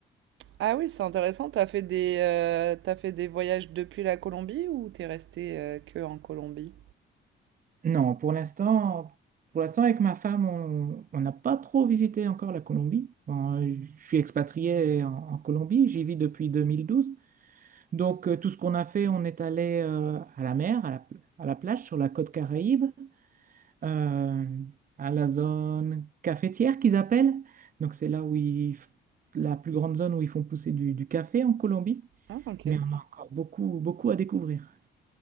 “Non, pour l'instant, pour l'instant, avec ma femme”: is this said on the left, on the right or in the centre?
Right